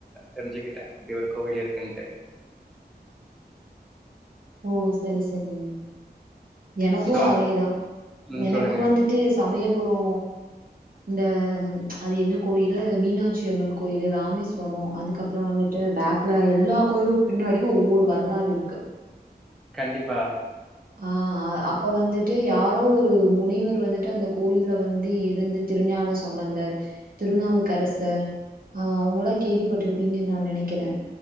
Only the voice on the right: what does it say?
ஓ செரி செரிங்க எனக்கு
அதேதா
எனக்கு
வந்துட்டு சமயபுரோ இந்த அது என்ன கோயிலு மீனாட்சி அம்மன் கோயிலு ராமேஸ்வரம் அதுக்கப்புறம் வந்துட்டு பேக்ல எல்லா கோயிலு பின்னாடிமே ஒவ்வொரு வரலாறு இருக்கு
ஆஹ் அப்ப வந்துட்டு யாரோ ஒரு முனிவர் வந்துட்டு அந்த கோயில்ல வந்து இருந்து திருஞான சம்பந்தர் திருநாவுக்கரசர் ஆஹ் அவுங்கலா கேள்விப்பட்டிருப்பீங்கன்னு நான் நினைக்கிறேன்